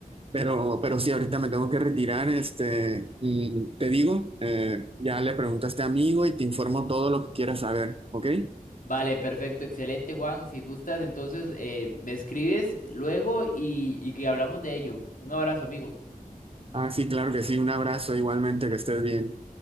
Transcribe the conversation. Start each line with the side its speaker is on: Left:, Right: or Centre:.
Right: Pero, pero sí, ahorita me tengo que retirar, este, y te digo, eh, ya le pregunto a este amigo y te informo todo lo que quieras saber, ¿ok?
Left: Vale, perfecto, excelente, Juan. Si gustas, entonces eh, me escribes luego y, y que hablamos de ello. Un abrazo, amigo.
Right: Ah, sí, claro que sí, un abrazo igualmente, que estés bien.